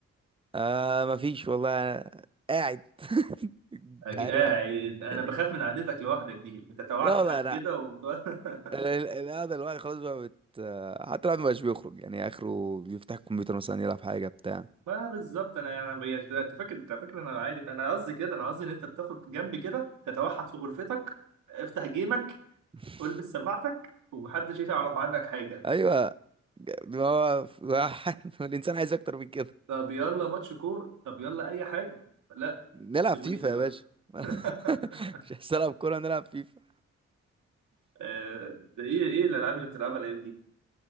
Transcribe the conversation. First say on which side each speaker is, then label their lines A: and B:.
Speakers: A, on the right; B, on the right.
A: آه مفيش والله أنا قاعد <laughs> انت
B: أجي
A: عارف
B: قاعد انا
A: يعني
B: بخاف من قعدتك لوحدك دي بتتوحد
A: لا والله لا
B: كده و... <laughs>
A: ال- ال- القعدة الواحد خلاص بقى بت آه، حتى الواحد مبقاش بيخرج يعني اخره بيفتح الكمبيوتر مثلا يلعب حاجة بتاع
B: ما انا بالظبط انا يعني بقيت- انت فاكر انت فاكر انا عارف انا قصدي كده انا قصدي ان انت بتاخد جنبي كده تتوحد في غرفتك افتح جيمك
A: <laughs>
B: والبس سماعتك ومحدش يعرف عنك حاجه
A: ايوه ما هو الواحد- <laughs> الانسان عايز اكتر من كده
B: طب يلا ماتش كوره طب يلا اي حاجه لا
A: نلعب
B: سيبوني
A: فيفا
B: دلوقتي
A: يا باشا <laughs>
B: <laughs>
A: مش عايز العب كورة نلعب فيفا
B: آه، ده ايه ايه الالعاب اللي بتلعبها الايام دي